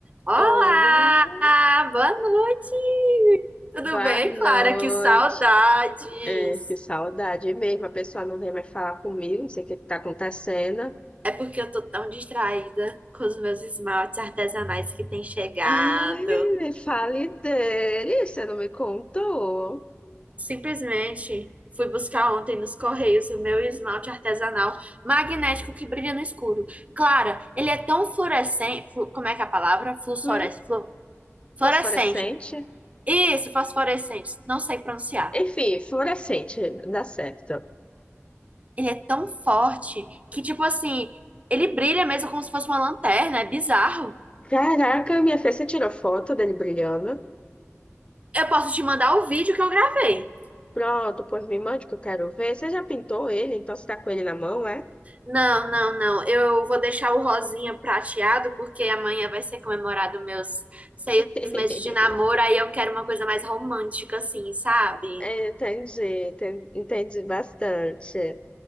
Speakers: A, on the right (about 30°); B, on the left (about 20°).
A: Olá,
B: Oh,
A: boa noite. Tudo
B: boa
A: bem,
B: noite.
A: Clara? Que saudades.
B: É, que saudade mesmo. A pessoa não vem mais falar comigo, não sei o que está acontecendo.
A: É porque eu tô tão distraída com os meus esmaltes artesanais que têm chegado.
B: Ai, me fale dele, você não me contou.
A: Simplesmente fui buscar ontem nos Correios o meu esmalte artesanal magnético que brilha no escuro. Clara, ele é tão fluorescente, flu- como é que é a palavra? Fluorescente,
B: Flore-
A: fluorescente.
B: Fosforescente?
A: Isso, fosforescente, não sei pronunciar.
B: Enfim, fluorescente, dá certo.
A: Ele é tão forte que, tipo assim, ele brilha mesmo como se fosse uma lanterna, é bizarro.
B: Caraca, minha filha, você tirou foto dele brilhando?
A: Eu posso te mandar o vídeo que eu gravei.
B: Pronto, pois me mande que eu quero ver. Você já pintou ele, então você tá com ele na mão, é?
A: Não, não, não. Eu vou deixar o rosinha prateado porque amanhã vai ser comemorado meus seis
B: <laughs>
A: meses de namoro. Aí eu quero uma coisa mais romântica, assim, sabe?
B: É, Entendi, enten- entendi bastante.